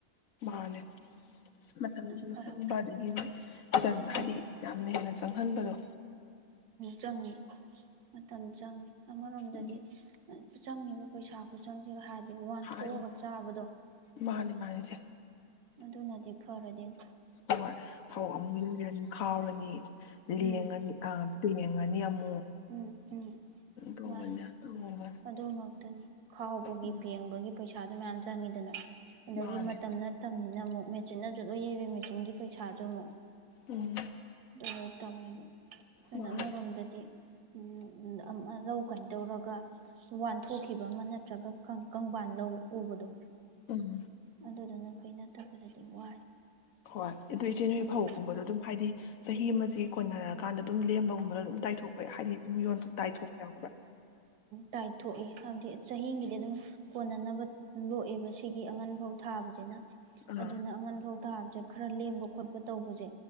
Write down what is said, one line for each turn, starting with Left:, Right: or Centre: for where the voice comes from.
Left: ꯃꯥꯟꯅꯦ ꯃꯇꯝꯁꯨ
Right: ꯐꯔꯛ
Left: ꯁꯪꯕꯗꯒꯤꯗꯤ
Right: ꯇꯥꯏ
Left: ꯍꯥꯏꯗꯤ
Right: ꯎꯝ
Left: ꯌꯥꯝꯅ ꯍꯦꯟꯅ ꯆꯪꯍꯟꯕꯗꯣ
Right: ꯆꯪꯏꯤ ꯃꯇꯝ ꯆꯪꯏ ꯑꯃꯔꯣꯝꯗꯗꯤ
Left: ꯎꯝ
Right: ꯆꯪꯉꯤꯕ ꯄꯩꯁꯥ ꯈꯨꯆꯪ ꯁꯤꯒ ꯍꯥꯏꯗꯤ ꯋꯥꯟꯊꯣꯛꯑꯒ
Left: ꯍꯥꯏꯕ
Right: ꯆꯥꯕꯗꯣ
Left: ꯃꯥꯅꯦ ꯃꯥꯅꯦ ꯏꯆꯦ
Right: ꯑꯗꯨꯅꯗꯤ ꯐꯔꯗꯤꯅꯦ
Left: ꯍꯣꯏ ꯐꯧ ꯑꯃꯨꯛ ꯌꯨꯡꯑꯅꯤ ꯈꯥꯎꯔꯅꯤ ꯂꯦꯉꯑꯅꯤ
Right: ꯎꯝ
Left: ꯑ ꯄꯤ <unintelligible>
Right: ꯎꯝ ꯎꯝ
Left: ꯇꯧꯕꯅꯦ
Right: ꯃꯥꯅꯦ
Left: ꯇꯧꯕꯅꯦ
Right: ꯑꯗꯨꯃꯛ ꯑꯗꯨꯅꯤ ꯈꯥꯎꯕꯒꯤ
Left: ꯎꯝ
Right: ꯄꯦꯡꯕꯒꯤ ꯄꯩꯁꯥ ꯄꯩꯁꯥꯗꯨ ꯃꯌꯥꯝ ꯆꯪꯉꯤꯗꯅ ꯑꯗꯒꯤ
Left: ꯃꯥꯅꯦ
Right: ꯃꯇꯝ ꯅꯠ꯭ꯇꯝꯅꯤꯅ ꯑꯃꯨꯛ ꯃꯦꯆꯤꯟꯅꯖꯨ ꯂꯣꯏꯕꯩ ꯃꯦꯆꯤꯟꯒꯤ ꯄꯩꯁꯥ <unintelligible>
Left: ꯎꯝ
Right: ꯗꯨ ꯂꯣꯏꯇꯧꯅꯤꯕ ꯀꯩꯅ
Left: ꯃꯥꯅꯦ
Right: ꯑꯃꯔꯣꯝꯗꯗꯤ ꯎꯝ ꯑꯝ ꯂꯧ ꯀꯩꯅꯣ ꯇꯧꯔꯒ ꯋꯥꯟꯊꯣꯛꯈꯤꯕ ꯑꯃ ꯅꯠꯇ꯭ꯔꯒ ꯀꯪ ꯀꯪꯕꯥꯟ ꯂꯧ ꯎꯕꯗꯣ
Left: ꯎꯝ
Right: ꯑꯗꯨꯗꯨꯅ ꯐꯩ ꯅꯠ ꯐꯠꯇꯕꯗꯗꯤ ꯋꯥꯏ
Left: ꯍꯣꯏ ꯑꯗꯨ ꯏꯆꯦ ꯅꯣꯏ
Right: ꯑꯗꯨ
Left: ꯐꯧ ꯒꯨꯝꯕꯗꯣ ꯑꯗꯨꯝ ꯍꯥꯏꯗꯤ ꯆꯍꯤ ꯑꯃꯁꯤ ꯀꯣꯟꯅꯔꯀꯥꯟꯗ ꯑꯗꯨꯝ ꯂꯦꯝꯕꯒꯨꯝꯕꯗ ꯑꯗꯨꯝ ꯇꯥꯏꯊꯣꯛꯄ ꯌꯥ ꯍꯥꯏꯗꯤ ꯑꯗꯨꯝ ꯌꯣꯟ ꯇꯥꯏꯊꯣꯛꯄ ꯈꯣꯏ
Right: ꯇꯥꯏꯊꯣꯛꯏ ꯍꯥꯏꯕꯗꯤ ꯆꯍꯤꯒꯤꯗꯤ ꯑꯗꯨꯝ ꯀꯣꯟꯅꯅꯕ ꯂꯣꯛꯑꯦꯕ ꯁꯤꯒꯤ ꯑꯉꯟ ꯐꯥꯎ ꯊꯥꯕꯁꯤꯅ
Left: ꯑꯥ
Right: ꯑꯗꯨꯅ ꯑꯉꯟ ꯐꯥꯎ ꯊꯥ ꯈꯔ ꯂꯦꯝꯕ ꯈꯣꯠꯄ ꯇꯧꯕꯁꯦ